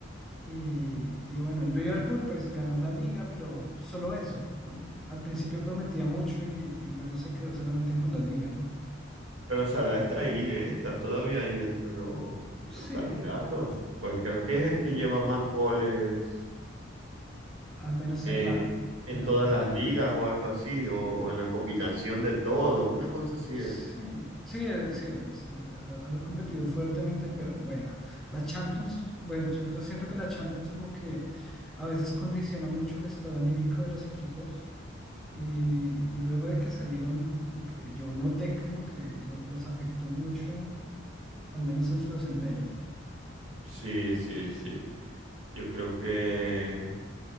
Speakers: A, in the centre; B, on the right.
A: Y, y bueno, el Liverpool pues ganó la liga, pero solo eso. P- Al principio prometía mucho y, y luego se quedó solamente con la liga, ¿no?
B: Pero Salah está ahí, ¿eh? Está todavía ahí entre los, los
A: Sí,
B: candidatos. Pues creo que es el que lleva más goles
A: al menos
B: en,
A: en la, en
B: en
A: la,
B: todas las ligas o algo así, o, o en la combinación de todo. Una cosa así
A: sí,
B: es.
A: sí, eh, sí, es- eh, ha, ha competido fuertemente, pero bueno, la Champions, bueno, yo, yo siento que la Champions como que a veces condiciona mucho el estado anímico de los equipos. Y, y luego de que salieron, como que yo noté como que lo- los afectó mucho, al menos en su desempeño.
B: Sí, sí, sí. Yo creo que,